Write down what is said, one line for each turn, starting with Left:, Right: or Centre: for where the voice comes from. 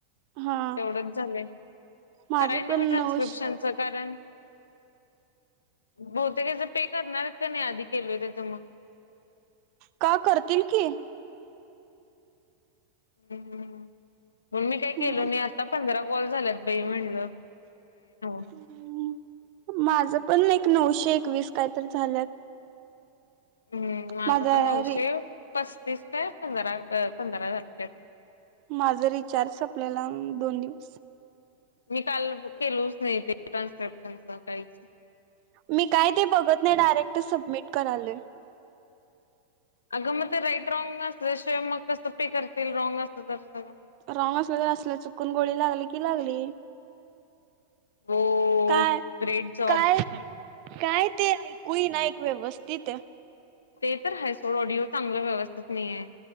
Right: हा
Left: तेवढंच झालंय कराया
Right: माझं
Left: नाही
Right: पण
Left: मी ट्रान्स्क्रिप्शनचं
Right: नऊश
Left: कारण बहुतेक याच पे करणार आहेत की नाही आधी केलय त्याच मग?
Right: का करतील की.
Left: हमम मग मी काय
Right: मग
Left: केलो नाही आता पंधरा कॉल झालेत. <unintelligible>
Right: अमम माझ पण एक नऊशे एकवीस काहीतरी झाल्यात
Left: हमम माझं
Right: माझा
Left: पण नऊशे
Right: रे
Left: पस्तीस ते पंधरा पंधरा झालत्यात.
Right: माझं रिचार्ज संपलेला अमम दोन दिवस
Left: मी काल केलोच नाही तेे ट्रान्स्क्रिप्शनच काहीच
Right: मी काय ते बघत नाही डायरेक्ट सबमिट करायलोय.
Left: अगं मग ते राईट रॉंग असल्या शिवाय मग कसं पे करतील रॉंग असल तर सगळं
Right: रॉंग असलं तर असलं चुकून गोळी लागली की लागली.
Left: हो
Right: काय
Left: ग्रेट जॉब
Right: काय? काय ते ऐकू येईना ऐक व्यवस्थित
Left: ते तर हाय सोड ऑडिओ चांगलं व्यवस्थित नाहीेये.